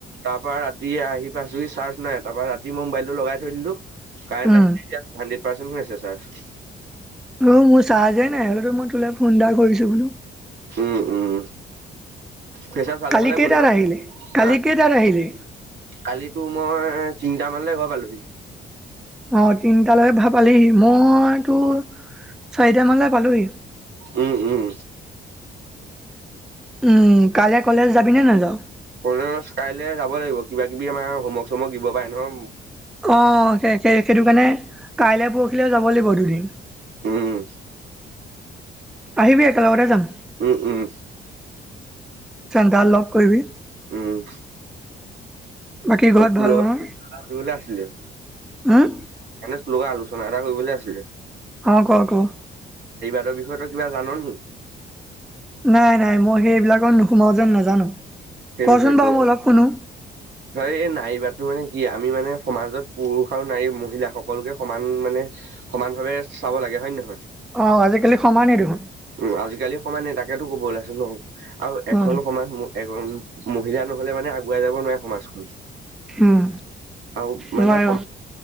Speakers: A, on the right (about 65°); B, in the centre.
A: তাৰ পৰা ৰাতিয় আহি পাইছোহি চাৰ্জ নাই তাৰ পৰাা ৰাতি মই মোবাইলটো লগাই থৈ দিলো কাৰেণ্ট
B: উম।
A: আহিলে এতিয়া হাড্ৰেড পাৰ্চেন্ট হৈ আছে চাৰ্জ
B: অ মোৰ চাৰজেই নাই হলেতো মই তোলে ফোন এটা কৰিছো বোলো
A: উম উম ফেচাৰ চালে
B: কালি
A: ফালে
B: কেইটাত
A: গ'ল ন
B: আহিলি? কালি
A: হা
B: কেইটাত আহিলি?
A: কালিতো মই তিনিটা মান লে ঘৰ পালোহি
B: অ তিনটালৈকে ভাল পালিহি মইতো চাৰিটা মানলৈ পালোহি
A: উম উম
B: উম কাইলৈ কলেজ যাবি নে নাযাওঁ
A: ক কাইলৈ যাব লাগিব কিবা কিবি আমাৰ হোমৰ্ক চোমৰ্ক দিব পাৰে নহ
B: অ সেই সেইটো কাৰণে কাইলে পৰখিলেও যাব লাগিব দুদিন
A: উম
B: আহিবি একেলগতে যাম
A: উম উম
B: চন্দা লক কৰিবি
A: উম
B: বাকী ঘৰত
A: তুলালে
B: ভাল নহয়?
A: আছিলে
B: উম,
A: এনে তুলা আলোচ এটা কৰিবলৈ আছিলে
B: অ কোৱা ক
A: ৰ বিষয়েতো কিবা জাননি
B: নাই নাই মই সেইবিলাকৰ নোসোমাও যেন নাজানো
A: সেই
B: কচোন
A: বিষয়টো
B: বাৰু
A: মানে
B: মই অলপ শুনো।
A: হয় এই নাইবাৰটো মানে কি আমি মানে সমাজত পুৰুষ আৰু নাৰী মহিলা সকলোকে সমান মানে সমান ভাৱে চাব লাগে হয়ে নহয়
B: অ আজিকালি সমানেই দেখোন
A: উ আজিকালি সমানে তাকেতো ক'ব ওলাইছো ন আৰু এখন
B: উম
A: সমান এ মহিলা নহলে মানে উাই যাব নোৱাৰে সমাজখন
B: উম
A: আৰু মানে
B: নোৱাৰে
A: সমাজ